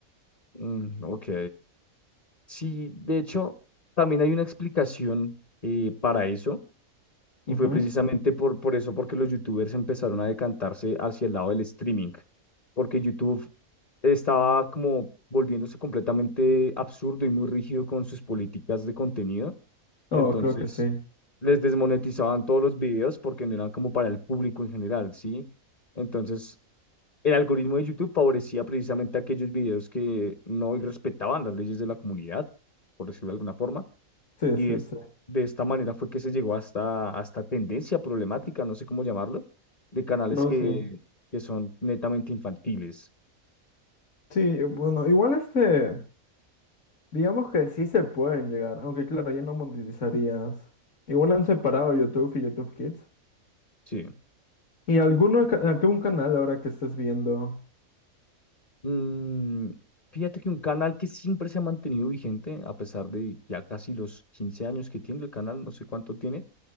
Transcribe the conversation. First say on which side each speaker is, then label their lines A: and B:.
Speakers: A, on the left; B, on the left.
A: Mm, ok. Sí, de hecho, también hay una explicación eh, para eso, y
B: Ujú.
A: fue precisamente por, por eso, porque los youtubers empezaron a decantarse hacia el lado del streaming, porque YouTube estaba como volviéndose completamente absurdo y muy rígido con sus políticas de contenido. Entonces,
B: No, creo que sí.
A: les desmonetizaban todos los videos porque no eran como para el público en general, ¿sí? Entonces, el algoritmo de YouTube favorecía precisamente aquellos videos que no respetaban las leyes de la comunidad, por decirlo de alguna forma,
B: Sí,
A: y
B: sí,
A: es-
B: sí.
A: de esta manera fue que se llegó hasta, hasta tendencia problemática, no sé cómo llamarlo, de canales
B: No,
A: que,
B: sí.
A: que son netamente infantiles,
B: Sí, bueno, igual este, digamos que sí se pueden llegar, aunque claro, ya no monetizarías. Igual han separado YouTube y YouTube Kids.
A: sí.
B: ¿Y alguno, ca- algún canal ahora que estés viendo?
A: Mm, Fíjate que un canal que siempre se ha mantenido vigente, a pesar de ya casi los 15 años que tiene el canal, no sé cuánto tiene,